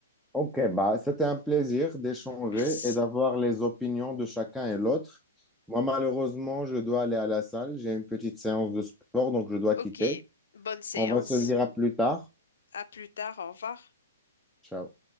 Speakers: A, in the centre; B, on the left (about 70°).
A: Ok, bah, c'était un plaisir d'échanger
B: Merci.
A: et d'avoir les opinions de chacun et l'autre. Moi, malheureusement, je dois aller à la salle. J'ai une petite séance de sport, donc je dois
B: Ok,
A: quitter.
B: bonne séance.
A: On va se dire à plus tard.
B: À plus tard, au revoir.
A: Ciao.